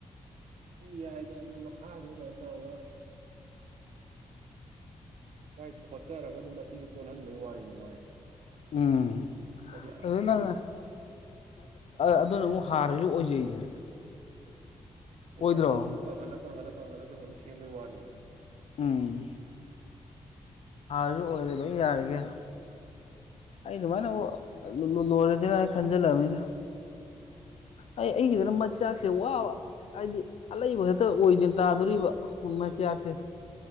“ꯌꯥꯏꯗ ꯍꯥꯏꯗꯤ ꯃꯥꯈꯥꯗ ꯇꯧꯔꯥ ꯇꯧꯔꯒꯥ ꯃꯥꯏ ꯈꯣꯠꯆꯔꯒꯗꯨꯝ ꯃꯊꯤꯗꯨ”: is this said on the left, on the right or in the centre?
Right